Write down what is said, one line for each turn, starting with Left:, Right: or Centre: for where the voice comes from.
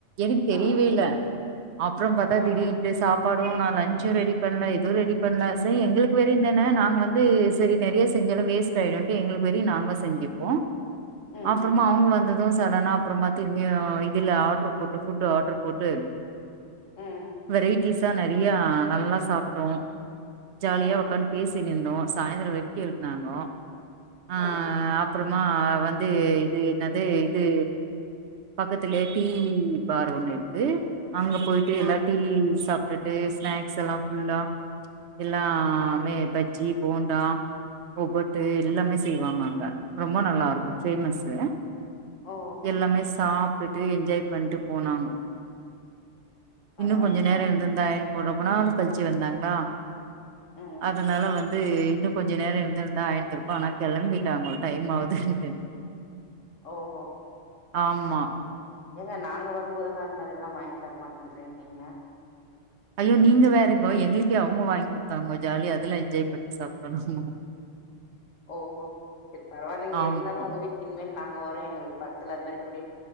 Right: எனக்கு தெரியவே
Left: ஆ
Right: இல்ல அப்புறம் பாத்தா
Left: ஆ
Right: திடீர்ன்ட்டு சாப் ப்படும் நான் லஞ்ச்சும் ரெடி பண்ல எதுவும் ரெடி பண்லா செரி எங்களுக்கு வரையுந்தான நாங்க வந்து செரி நெறைய செஞ்சாலு வேஸ்ட் ஆயிடும்ட்டு எங்களுக்கு வரையும் நாங்க செஞ்சுப்போம்
Left: ம்
Right: அப்புறமா அவுங்க வந்து அதுவும் சடனா அப்புறமா திரும்பியு இதுல ஆர்டரு போட்டு ஃபுட் ஆர்டரு போட்டு
Left: ம்
Right: வெரைட் பீட்சா நெறையா நல்லா சாப்டோம் ஜாலியா
Left: ம்
Right: ஒக்காந்து பேசி தி இருந்தோம் சாயந்தரோ வெறுக்கி இருந்தாங்கோ
Left: ம்
Right: ஆஹ் அ அப்புறோமா வந்து இது என்னது இது பக்கத்துலயே டீ பார் ஒண்ணுயிருக்கு அங்க போயிட்டுயெல்லா
Left: ஆ
Right: டீ சாப் டுட்டு ஸ்நாக்ஸ் செல்லா புல்லா எல்லாமே பஜ்ஜி போண்டா ஒப்பட்டு எல்லாமே செய்வாங்க அங்க ரொம்ப நல்லாயிருக்கு ஃபேமஸ்ஸு
Left: ஓ
Right: எல்லாமே சாப் வந்துட்டு என்ஜாய் பண்ணிட்டு போனாங்
Left: பரவாயில்லைங்க
Right: இன்னு கொஞ்சோ நேரோயிருந்திருந்தா ஒரு ரொம்ப நாள் கழிச்சு வந்தாங்ளா
Left: ம்
Right: அதனால வந் <unintelligible> இன்னோ கொஞ்சோ நேரோயிருந்திருந்தா ஆயிந்திருக்கோ ஆனா கெளம்பிட்டாங்க டைம் ஆவுதுன்டுனு
Left: ஓஹோ
Right: ஆம்மா
Left: ஏங்க நாங்க வரும்போதெல்லா அந்த மாதிரியெல்லா வாங்கி தரமாட்டேன்றீங்க நீங்க
Right: ஐயோ நீங்க வேறங்கோ எங்களுக்கே அவங்க வாங்கி கொடுத்தாங்கோ ஜாலி அதுல என்ஜாய் பண்ணி சாப்டோ நாங்கோ
Left: ஓஹோ செரி பரவாயில்லீங்க
Right: ஆமா.
Left: இருந்தாலோ உங்க வீட்டு இனிமேல் நாங்க ஓரோ எங்களுக்கு படத்துல அது மாரி குடி